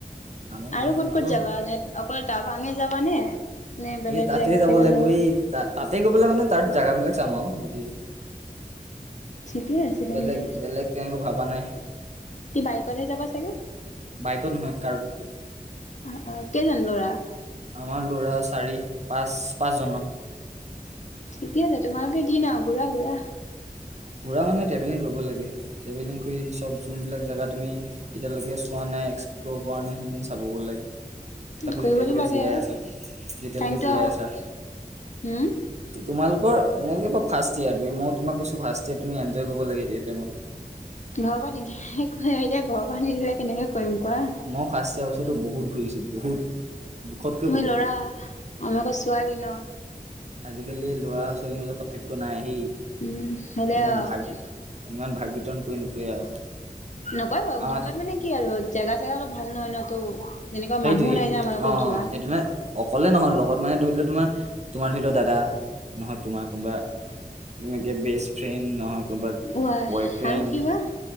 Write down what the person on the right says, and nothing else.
আমাক যাব
দিব
সেই
তাতে
লাগিব
এই তা তাতে গৈ পেলে মানে তাত জেগাবিলাক চাম আৰু সেতি
বেলেগ বেলেগ তেনেকৈ ভবা নাই।
বাইকত নহয় কাৰত।
আমাৰ ল'ৰা চাৰি-পাঁচ-পাঁচজন অ।
ঘূৰা মানে ট্ৰেভেলিং কৰিব লাগে, ট্ৰেভেলিং কৰি চব যোনবিলাক জেগা তুমি এতিয়ালৈকে চোৱা নাই, এক্সপ্ল'ৰ কৰা নাই, খিনি চাবগৈ লাগে। তাকো
যেতিয়ালৈকে
জীয়াই আছা, যেতিয়ালৈকে
জীয়াই
আছা,
তোমালোকৰ তোমালোকে এইবাৰ ফাৰ্ষ্ট ইয়েৰ তুমি মই তোমক কৈছো ফাৰ্ষ্ট ইয়েৰ তুমি এনজয় কৰিব লাগে এতিয়া এইটো টাইমত।
মই ফাৰ্ষ্ট ইয়েৰ বছৰটো বহুত ঘূৰিছোঁ বহুত। জোখতকৈ
বহুত
আজিকালি ল'ৰা আৰু ছোৱালীৰ মাজত পাৰ্থক্য নাই দেই
ইমান
ভাগ ইমান ভাগ বিতৰন কৰি নুফুৰে আৰু।
আমাৰ
সেইটোৱে
অ
এইটো মানে অকলে নহয় লগত মানে ধৰি লোৱা তোমাৰ তোমাৰ ধৰি লওঁ দাদা নহয় তোমাৰ কোনোবা এনেকে বেষ্ট ফ্ৰেণ্ড নহক কোনোবা
বয়ফ্ৰেণ্ড